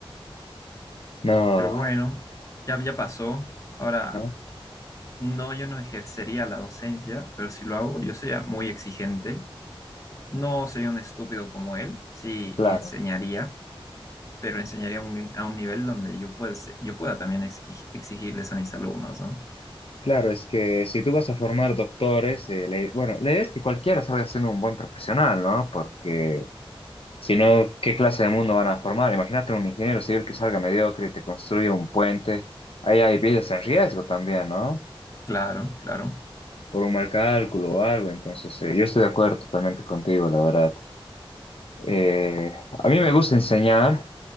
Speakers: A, on the left; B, on the left.
A: No,
B: Pero bueno, ya, ya pasó. Ahora,
A: ¿no?
B: no, yo no ejercería la docencia, pero si lo hago, yo sería muy exigente. No sería un estúpido como él, sí
A: Claro.
B: enseñaría, pero enseñaría un- a un nivel donde yo, puede- yo pueda también exi- exigirles a mis alumnos, ¿no?
A: Claro, es que si tú vas a formar doctores, eh, la- bueno, la idea es que cualquiera salga siendo un buen profesional, ¿no? Porque si no, ¿qué clase de mundo van a formar? Imagínate un ingeniero civil que salga mediocre y te construye un puente. Ahí hay vidas en riesgo también, ¿no?
B: Claro, claro.
A: Por un mal cálculo o algo. Entonces, eh, yo estoy de acuerdo totalmente contigo, la verdad. Eh, a mí me gusta enseñar,